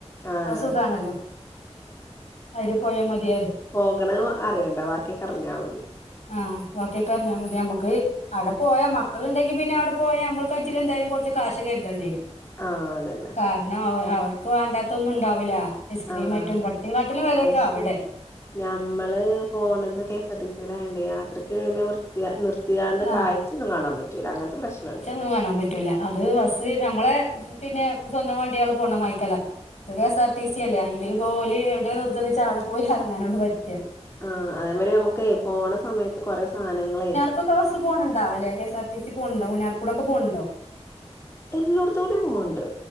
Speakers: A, on the left (about 25°); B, on the left (about 80°).
A: ആഹ്
B: അഹ് സുഖാണല്ലോ അയില് പോയാ മതീയറി
A: പോക്ണേം അറിയണ്ട ബാക്ക്യൊക്കെ അറ്ഞ്ഞാ മതി
B: ആഹ് വാക്ക്യോക്കെ അറ്ഞ്ഞാ മതി ഞമ്മക്ക് ആടെ പോയാ മക്കള്ണ്ടെങ്കി പിന്നെ അവ്ടെ പോയാ അമ്മള് കജ്ജിലെന്തായാലും കൊറ്ച്ച് കാശ് കര്തെണ്ട്യേരും
A: ആഹ് അതന്നെ
B: കാരണം അവർ അവർക്ക് വേണ്ടാത്തൊന്നുംണ്ടാവുല ഐസ്ക്രീം
A: ആഹ്
B: ആയിറ്റും ഇബട്ത്തിം കാട്ടിലും വെലായ്ക്കും
A: പക്ഷെ
B: അവടെ
A: ഞമ്മള് പോണത് കെ എസ് ആർ ടി സിലായോണ്ടേ യാത്രക്കെടയില് വൃ നി നിർത്തിയാണ്ട്
B: ആഹ്
A: കായ്ച്ചൊന്നും കാണാൻ പറ്റൂല്ല അങ്ങൻത്തെ പ്രശ്നണ്ട്
B: ഒന്നും കാണാൻ പറ്റൂല അത് ബസ് ഞമ്മളെ പിന്നെ സ്വന്തം വണ്ട്യേള് പോണമായ്ക്കല്ല ഇത് K S R T C അല്ലേ അയില് ഓല് എവിടാ നിർത്ത്ണ്ച്ചാ അവിടെ പോയി എറങ്ങാനൊള്ള് പറ്റ
A: ആഹ് അതേമാരി ഞമ്മക്കേ പോണ സമയത്ത് കൊറേ സാനങ്ങളേ
B: ക്കൊക്കെ ബസ്സ് പോണണ്ടാവലേ K S R T C പോണ് ണ്ടോ മൂന്നാറ്ക്കൂടൊക്കെ പോണ് ണ്ടോ
A: എല്ലാേട്ത്ത്ക്കൂടിം പോവ്ണ്ട്